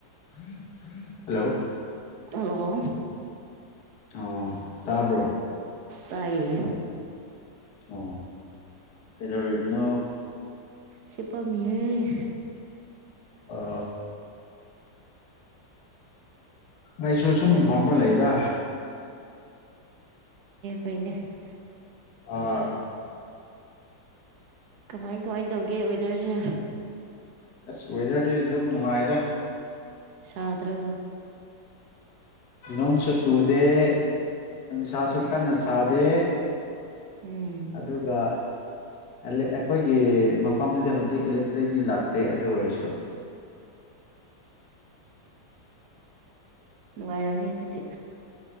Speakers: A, on the left; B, on the right.
A: <unintelligible> hello
B: hello
A: ꯑꯣ ꯇꯥꯕ꯭ꯔꯣ
B: ꯇꯥꯏꯌꯦ
A: ꯑꯣ ꯀꯩꯗꯧꯔꯤꯕꯅꯣ
B: ꯁꯤꯄꯥꯃꯤꯦ
A: ꯑꯣ ꯑꯩꯁꯨ ꯁꯨꯝ
B: ꯅꯪ
A: ꯐꯃ ꯂꯩꯗ
B: ꯑꯩꯅꯦ
A: ꯑꯥ
B: ꯀꯃꯥꯏ ꯀꯃꯥꯏ ꯇꯧꯒꯦ ꯋꯦꯗꯔꯁꯦ
A: ꯑꯁ ꯋꯦꯗꯔꯗꯤ ꯑꯗꯨꯝ ꯅꯨꯡꯉꯥꯏꯗ
B: ꯁꯗꯔꯣ
A: ꯣꯡ ꯁꯆꯗꯦ ꯅꯨꯡꯁꯥꯁꯨ ꯀꯥꯟ ꯅ ꯁꯥꯗꯦ
B: ꯎꯝ
A: ꯑꯗꯨꯒ ꯑꯩꯈꯣꯏꯒꯤ ꯃꯐꯝꯗꯨꯗꯤ ꯍꯧꯖꯤꯛ ꯑꯦꯂꯦꯛꯇ꯭ꯔꯤꯛꯗꯤ ꯂꯥꯛꯇꯦ ꯑꯗꯨ ꯑꯣꯏꯔꯁꯨ
B: ꯅꯨꯡꯉꯥꯏꯔꯝꯅꯤ ꯑꯗꯨꯗꯤ